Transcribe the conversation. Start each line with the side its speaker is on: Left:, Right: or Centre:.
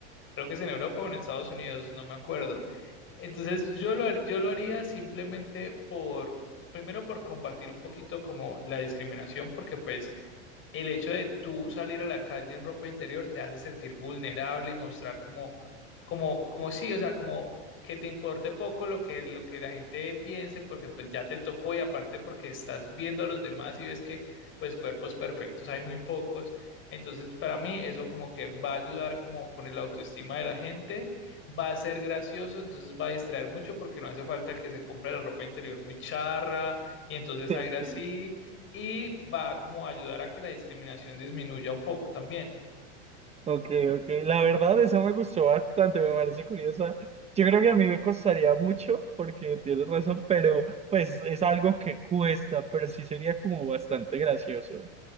Left: Creo que es en Europa o en Estados Unidos, no me acuerdo. Entonces yo lo, har- yo lo haría simplemente por, primero por combatir un poquito como la discriminación, porque pues el hecho de tú salir a la calle en ropa interior te hace sentir vulnerable y mostrar como, como, como sí, o sea, como que te importe poco lo que, lo que la gente piense, porque pues ya te tocó y aparte porque estás viendo a los demás y ves que pues cuerpos perfectos hay muy pocos. Entonces, para mí eso como que va a ayudar como con el autoestima de la gente, va a ser gracioso, entonces va a distraer mucho porque no hace falta que se compre la ropa interior muy charra y entonces
Right: Sí,
Left: salga así
Right: sí.
Left: y va como a ayudar a que la discriminación disminuya un poco también.
Right: Ok, ok. La verdad, esa me gustó bastante, me parece curiosa. Yo creo que a mí me costaría mucho, porque tienes razón, pero pues es algo que cuesta, pero sí sería como bastante gracioso.